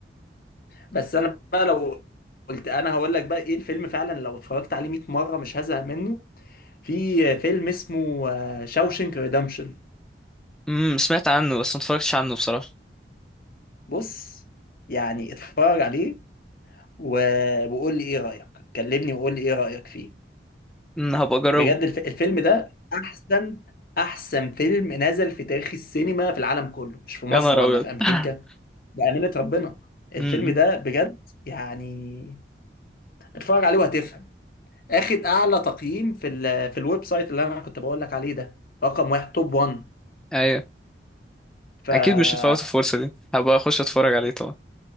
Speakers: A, on the left; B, in the centre.
A: بس أنا بقى لو قلت أنا هقول لك بقى إيه الفيلم فعلا لو اتفرجت عليه 100 مرة مش هزهق منه في فيلم اسمه شاوشنك ريدمشن
B: امم سمعت عنه بس ما اتفرجتش عنه بصراحه
A: بص يعني اتفرج عليه و... وقول لي إيه رأيك كلمني وقول لي إيه رأيك فيه
B: امم هبقى اجربه
A: بجد الف... الفيلم ده أحسن أحسن فيلم نزل في تاريخ السينما في العالم كله مش في مصر
B: يا نهار
A: ولا
B: ابيض
A: في أمريكا
B: <laughs>
A: بأمانة ربنا الفيلم
B: امم
A: ده بجد يعني اتفرج عليه وهتفهم اخد اعلى تقييم في ال في الويب سايت اللي انا كنت بقول لك عليه ده رقم واحد توب 1
B: ايوه
A: فاتفرج
B: اكيد مش هفوت الفرصه دي هبقى اخش اتفرج عليه طبعا